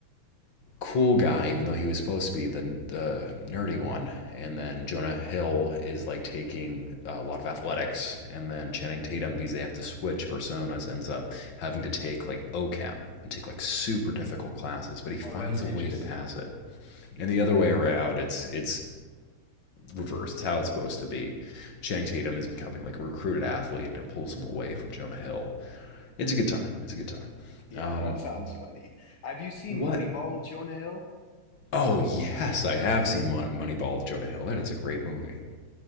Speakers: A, on the left; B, on the left.
A: cool guy, even though he was supposed to be the the nerdy one. And then Jonah Hill is like taking a lot of athletics, and then Channing Tatum because they have to switch personas ends up having to take like OChem and take like super difficult classes, but he finds
B: Oh, that's interesting.
A: a way to pass it. And the other way
B: hmm
A: around, it's it's reversed. It's how it's supposed to be. Channing Tatum is becoming like a recruited athlete and it pulls him away from Jonah Hill. It's a good time. It's a good time.
B: Yeah,
A: Um,
B: that sounds funny. Have you seen
A: what
B: Moneyball with Jonah Hill?
A: Oh yes, I have seen Moneyball with Jonah Hill. That is a great movie.